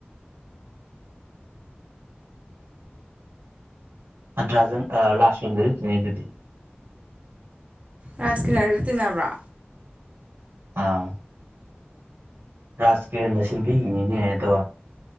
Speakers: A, on the right; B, on the right.
A: ꯑꯟꯇ꯭ꯔꯥꯖꯟ ꯂꯁꯋꯤꯟꯗꯖꯨ ꯊꯦꯡꯅꯩꯗꯨꯗ
B: ꯔꯥꯁꯀꯤꯅꯔꯖꯨ <inaudible> ꯇꯤꯟꯅꯕ꯭ꯔꯥ
A: ꯑꯥ ꯔꯥꯖꯀꯤꯔꯅ ꯁꯦꯝꯕꯤꯈꯤꯅꯤꯅꯦ ꯑꯗꯣ